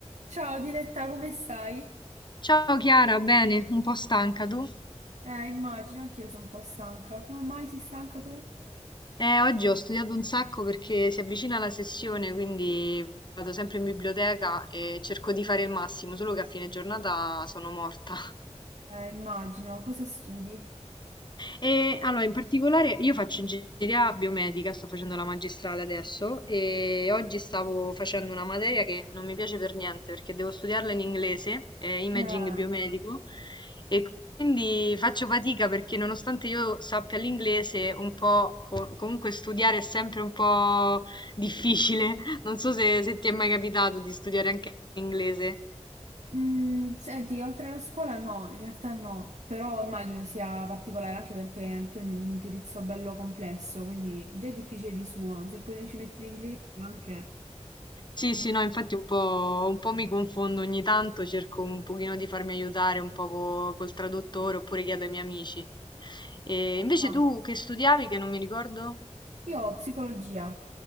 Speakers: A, on the right; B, on the left.
A: Ciao Diletta, come stai?
B: Ciao Chiara, bene, un po' stanca tu?
A: Eh, immagino, anch'io sono un po' stanca. Come mai sei stanca tu?
B: Eh, oggi ho studiato un sacco perché si avvicina la sessione, quindi vado sempre in biblioteca e cerco di fare il massimo, solo che a fine giornata sono morta.
A: Eh, immagino, cosa studi?
B: E allora, in particolare, io faccio ingegneria biomedica, sto facendo la magistrale adesso e oggi stavo facendo una materia che non mi piace per niente perché devo studiarla in inglese, eh, imaging
A: Eh.
B: biomedico, e quindi faccio fatica perché nonostante io sappia l'inglese, un po' co- comunque studiare è sempre un po' difficile. <laughs> Non so se, se ti è mai capitato di studiare anche l'inglese.
A: Mm, senti, oltre alla scuola no, in realtà no, però immagino sia particolare anche perché il tuo è un indirizzo bello complesso, quindi già è difficile di suo, se poi non ci metti l'inglese anche...
B: Sì,
A: Eh,
B: sì, no, infatti un po', un po' mi confondo ogni tanto, cerco un pochino di farmi aiutare un po' co- col traduttore oppure chiedo ai miei amici. E invece
A: fa.
B: tu che studiavi, che non mi ricordo?
A: Io ho psicologia,